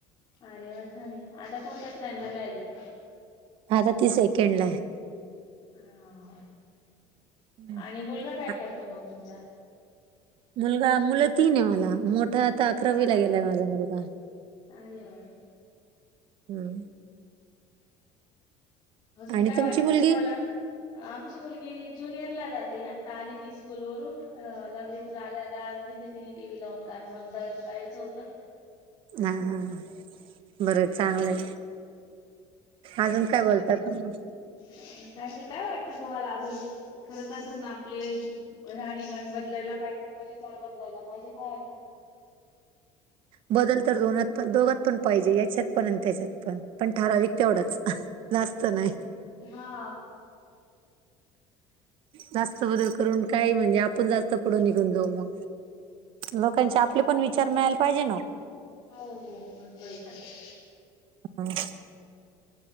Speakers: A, on the left; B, on the right.
A: अरे वा छान ये, आता कोणत स्टँडरला हाय ती
B: आता ती सेकंड ला ये
A: हा
B: हं.
A: आणि मुलगा काय
B: आ
A: करतो म तुमचा
B: मुलगा, मुलं तीन ये मला, मोठा आता अकरावीला
A: हा हा
B: गेलाय माझा मुलगा
A: अरे वा
B: हम्म
A: अजून
B: आणि
A: काय
B: तुमची
A: वाटत
B: मुलगी
A: तुम्हाला आमची मुलगी ज्युनियर ला जाते, आता आली ती स्कूल वरून अ लगेच आल्या त आज दिली तिनी टीव्ही लावून कारण मला दळण कढायचं होतं.
B: हा हा बरं चांगलंय अजून काय बोलता तुम्ही
A: काय नाय काय वाटतं तुम्हाला अजून खरंच असून आपले राहणीमान बदलायला पाहिजे का? विचार बदलायला पाहिजे काय वाटतं?
B: बदल तर दोनात पण दोघात पण पाहिजे, याच्यात पण आणि त्याच्यात पण, पण ठराविक तेवढाच जास्त नाय.
A: हा
B: जास्त बदल करून काय म्हणजे आपण जास्त पुढं निघून जाऊ म लोकांचे आपले पण विचार मिळायला पाहिजे ना
A: हो हो बरोबर आहे खरंच.
B: हम <inaudible>